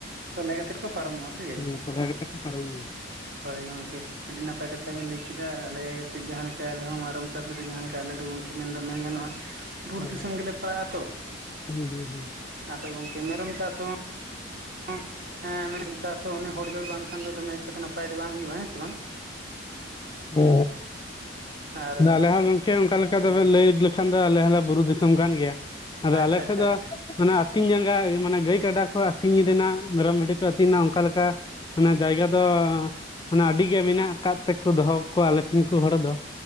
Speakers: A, on the right (about 50°); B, on the left (about 20°).
A: ᱥᱚᱞᱦᱮ ᱠᱟᱛᱮᱫ ᱠᱚ ᱯᱟᱨᱚᱢᱚᱜᱼᱟ ᱥᱮ ᱪᱮᱫ?
B: ᱦᱮᱸ ᱥᱚᱞᱦᱮ ᱠᱟᱛᱮ ᱠᱚ ᱯᱟᱨᱚᱢᱚᱜ <unintelligible>
A: ᱦᱳᱭ ᱜᱚᱝᱠᱮᱦ, ᱟᱹᱰᱤ ᱱᱟᱯᱟᱭ ᱠᱟᱛᱷᱟ ᱵᱮᱱ ᱞᱟᱹᱭ ᱠᱮᱫᱟ, ᱟᱞᱮ ᱥᱮᱡ ᱡᱟᱦᱟᱸ ᱞᱮᱠᱟ ᱟᱞᱮ ᱦᱚᱸ ᱢᱮᱨᱚᱢ ᱪᱟᱥ ᱠᱟᱛᱮᱡ ᱡᱟᱦᱟᱸ ᱞᱮᱠᱟ ᱟᱞᱮ ᱫᱚ ᱜᱚᱝᱠᱮ ᱢᱮᱱᱫᱚ ᱢᱮᱱ ᱜᱟᱱᱚᱜᱼᱟ ᱵᱩᱨᱩ
B: ᱦᱩᱸ
A: ᱫᱤᱥᱚᱢ ᱜᱮᱞᱮ ᱯᱟᱲᱟᱜᱼᱟ ᱛᱚ,
B: ᱦᱩᱸ ᱦᱩᱸ
A: ᱟᱫᱚ ᱜᱚᱝᱠᱮ ᱢᱮᱨᱚᱢ ᱪᱟᱥ ᱦᱚᱸ ᱮᱸ ᱦᱮᱸ ᱢᱮᱱ ᱟᱧ ᱪᱟᱥ ᱦᱚᱸ ᱚᱱᱮ ᱦᱚᱲ ᱡᱚᱲ ᱵᱟᱝᱠᱷᱟᱱ ᱫᱚ ᱫᱚᱢᱮ ᱮᱠᱴᱚ ᱫᱚ ᱱᱟᱯᱟᱭ ᱫᱚ ᱵᱟᱝ ᱦᱩᱭᱩᱜᱼᱟ ᱦᱮᱸ ᱥᱮ ᱵᱟᱝ?
B: <unintelligible> ᱫᱚ
A: ᱟᱨ
B: ᱟᱞᱮ ᱦᱚᱸ ᱜᱚᱝ- ᱠᱮ ᱚᱸᱠᱟ ᱞᱮᱠᱟ ᱫᱚ ᱵᱮᱱ ᱞᱟᱹᱭᱼᱮᱫ ᱞᱮᱠᱷᱟᱱ ᱫᱚ ᱟᱞᱮ ᱦᱚᱸᱞᱮ ᱵᱩᱨᱩ ᱫᱤᱥᱚᱢ ᱠᱟᱱ ᱜᱮᱭᱟ, ᱟᱫᱚ
A: ᱟᱪᱪᱷᱟ
B: ᱟᱞᱮ
A: ᱟᱪᱪᱷᱟ
B: ᱴᱷᱮᱫ ᱫᱚ
A: ᱟᱪᱪᱷᱟ
B: ᱢᱟᱱᱮ ᱟᱹᱛᱤᱧ ᱡᱟᱸᱜᱟ ᱢᱟᱱᱮ ᱜᱟᱹᱭ ᱠᱟᱰᱟ ᱠᱚ ᱟᱹᱛᱤᱧ ᱨᱮᱱᱟᱜ ᱢᱮᱨᱚᱢ ᱵᱷᱤᱰᱤ ᱠᱚ ᱟᱹᱛᱤᱧᱱᱟ ᱚᱱᱠᱟ ᱞᱮᱠᱟ᱾ ᱚᱱᱟ ᱡᱟᱭᱜᱟ ᱫᱚ ᱢᱟᱱᱮ ᱟᱹᱰᱤ ᱜᱮ ᱢᱮᱱᱟᱜ ᱟᱠᱟᱫ ᱛᱮ ᱫᱚᱦᱚ ᱠᱚᱣᱟ ᱟᱞᱮ ᱴᱷᱮᱱ ᱠᱚ ᱦᱚᱲ ᱫᱚ